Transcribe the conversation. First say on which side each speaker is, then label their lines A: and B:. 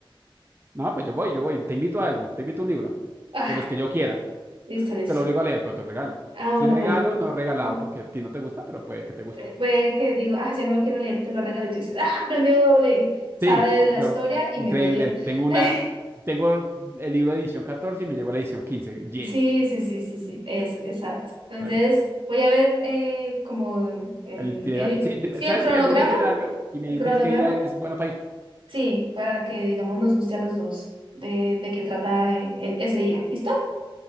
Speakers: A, on the right (about 25°); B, on the right (about 70°).
A: No, pues yo voy, yo voy, te invito a algo, te invito a un libro,
B: Ah,
A: de los que yo quiera.
B: listo, listo.
A: Te lo obligo a leer, pero te lo regalo.
B: Ah,
A: Es
B: bueno,
A: un regalo
B: bueno.
A: no regalado
B: Mm.
A: porque a ti no te gusta, pero puede que te guste.
B: Eh, Fue que digo, ah, ya no lo quiero leer, te lo regalé. Y tú dices, ah, premio doble, sabe
A: Sí,
B: la
A: yo.
B: historia y
A: Increíble.
B: me lo dio.
A: Tengo una,
B: <laughs>
A: tengo el libro de edición 14 y me llegó la edición quince Yes.
B: Sí, sí, sí, sí, sí, es exacto. Entonces
A: Está bien.
B: voy a ver eh, como el, el,
A: El itinerario. Sí, dime,
B: sí,
A: ¿sabes
B: el cronograma,
A: qué? Ve el itinerario y me
B: el
A: dices
B: cronograma
A: qué día es bueno para ir.
B: Sí, para que, digamos, nos guste a los dos de, de qué trata eh, el- ese día. ¿Listo?